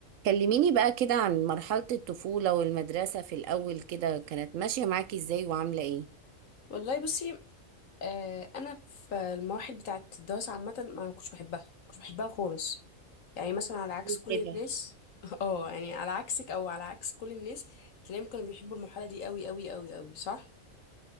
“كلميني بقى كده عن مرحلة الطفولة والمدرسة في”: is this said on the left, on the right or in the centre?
Right